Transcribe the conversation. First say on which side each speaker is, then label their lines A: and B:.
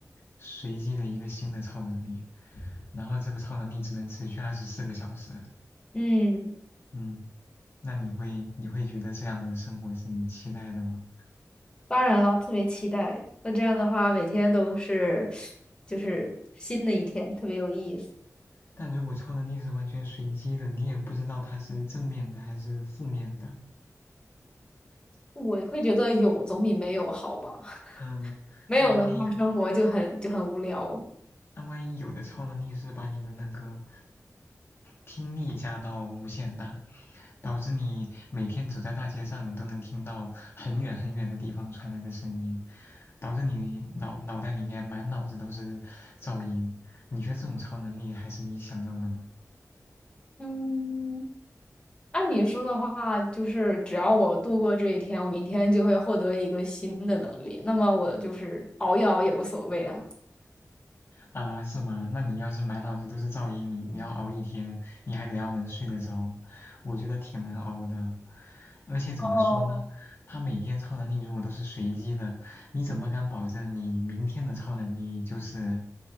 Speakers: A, on the left; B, on the left.
A: 随机的一个新的超能力，然后这个超能力只能持续二十四个小时。
B: 嗯，
A: 嗯，那你会你会觉得这样的生活是你期待的吗？
B: 当然了，特别期待。那这样的话，每天都是就是新的一天，特别有意思。
A: 但如果超能力是完全随机的，你也不知道它是正面的还是负面的。
B: 我会觉得有总比没有好吧，<laughs>
A: 嗯，
B: 没有的话，
A: 那万一
B: 生活就很就很无聊。
A: 那万一有的超能力是把你的那个听力加到无限大，导致你每天走在大街上，你都能听到很远很远的地方传来的声音，导致你脑脑袋里面满脑子都是噪音。你觉得这种超能力还是你想要的吗？
B: 嗯，按你说的话，就是只要我度过这一天，我明天就会获得一个新的能力，那么我就是熬一熬也无所谓啊。
A: 啊，是吗？那你要是满脑子都是噪音，你你要熬一天，你还得要能睡得着，我觉得挺难熬的。而且怎么说呢，
B: 哦
A: 他每天超能力如果都是随机的，你怎么敢保证你明天的超能力就是